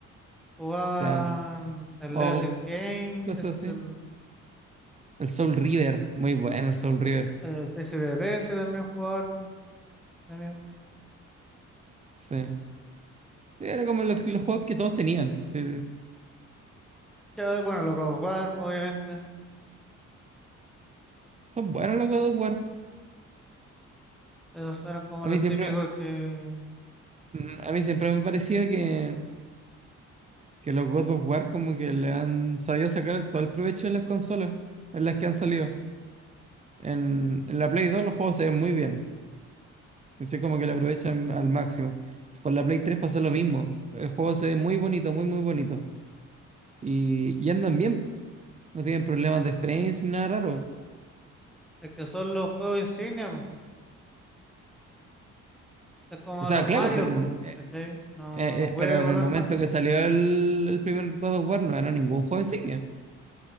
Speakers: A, in the centre; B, on the right (about 25°).
A: jugaban
B: Ya,
A: el
B: O
A: Legacy of Kain,
B: cosas
A: es el
B: así.
A: del
B: El Soul River. Muy bueno el Soul River.
A: el- el Príncipe de Persia también jugaba harto, mi amigo.
B: Sí. Era como lo- los juegos que todos tenían. Sí.
A: ya bueno, los God of War, obviamente.
B: Son buenos los God of War.
A: Esos eran como
B: A
A: los
B: mí siempre,
A: típicos que,
B: mm, a mí siempre me ha parecido que, que los God of War como que le han sabido sacar todo el provecho de las consolas en las que han salido. En, en la Play 2 los juegos se ven muy bien. ¿Cachai? Como que lo aprovechan al máximo. Con la Play 3 pasó lo mismo. El juego se ve muy bonito, muy, muy bonito. Y, y andan bien, po. no tienen problemas de frames ni nada raro.
A: es que son los juegos insignia, po. Es como
B: O sea,
A: los
B: claro,
A: Mario,
B: pero en
A: po,
B: el,
A: ¿cachai? No,
B: eh,
A: no
B: eh,
A: puede
B: pero
A: correr
B: en el momento
A: mal.
B: que salió el, el primer God of War no era ningún juego insignia.